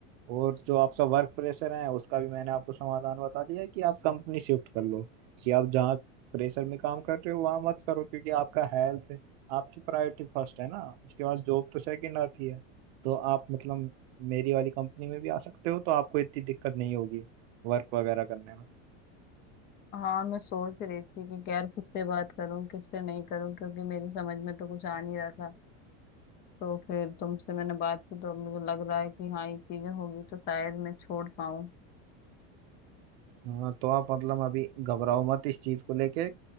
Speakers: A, on the right; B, on the left.
A: और जो आपका वर्क प्रेशर है उसका भी मैंने आपको समाधान बता दिया है कि आप कंपनी शिफ्ट कर लो कि आप जहाँ प्रेशर में काम कर रहे हो वहां मत करो क्योंकि आपका हेल्थ आपकी प्रायोरिटी फर्स्ट है ना उसके बाद जॉब तो सेकंड आती है तो आप मतलब मेरी वाली कंपनी में भी आ सकते हो तो आपको इतनी दिक्कत नहीं होगी वर्क वगैरह करने में
B: हाँ मैं सोच रही थी कि यार किससे बात करूं किससे नहीं करूं क्योंकि मेरी समझ में तो कुछ आ नहीं रहा था तो फिर तुमसे मैंने बात की तो अब मुझे लग रहा है कि हाँ ये चीजें होगी तो शायद मैं छोड़ पाऊँ
A: हाँ तो आप मतलब अभी घबराओ मत इस चीज को लेके